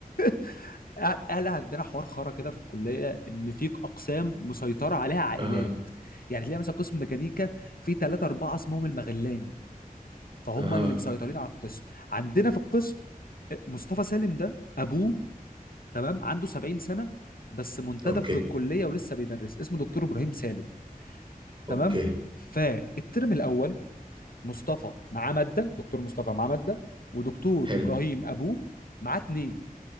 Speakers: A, on the left; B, on the right.
A: <laughs> احنا عندنا حوار خرا كده في الكليه ان في اقسام مسيطره عليها عائلات
B: اها
A: يعني تلاقي مثلا قسم ميكانيكا في ثلاثه اربعه اسمهم المغلاني فهم
B: اها
A: اللي مسيطرين على القسم عندنا في القسم مصطفى سالم ده ابوه تمام عنده 70 سنه بس منتدب
B: اوكي
A: في الكليه ولسه بيدرس اسمه دكتور ابراهيم سالم
B: اوكي
A: تمام فالترم الاول مصطفى معاه ماده دكتور مصطفى معاه ماده ودكتور
B: حلو
A: ابراهيم ابوه معاه اتنين